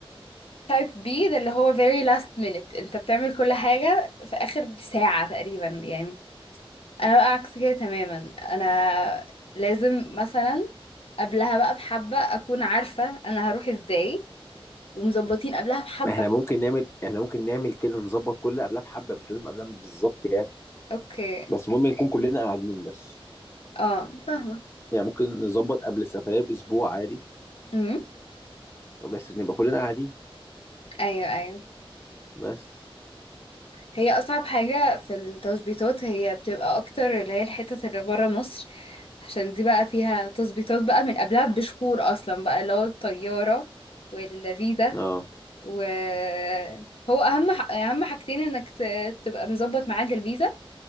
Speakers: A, on the left (about 70°); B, on the left (about 25°).
A: تايب بي ده اللي هو very last minute انت بتعمل كل حاجة في آخر ساعة تقريبا يعني انا بقى عكس كده تماما انا لازم مثلا قبلها بقى بحبة اكون عارفة انا هروح ازاي ومظبطين قبلها بحبة
B: ما احنا ممكن نعمل احنا ممكن نعمل كده نظبط كل قبلها بحبه مش لازم قبلها بالظبط يعني
A: اوكي
B: بس المهم نكون كلنا قاعدين بس
A: اه فاهمة
B: يعني ممكن نظبط قبل السفرية بأسبوع عادي
A: امم
B: بس نبقى كلنا قاعدين
A: ايوه ايوه
B: بس
A: هي اصعب حاجة في التظبيطات هي بتبقى اكتر اللي هي الحتت اللي برا مصر عشان دي بقى فيها تظبيطات بقى من قبلها بشهور اصلا بقى اللي هو الطيارة والفيزا
B: اه
A: وهو اهم ح- اهم حاجتين انك ت- تبقى مظبط ميعاد الفيزا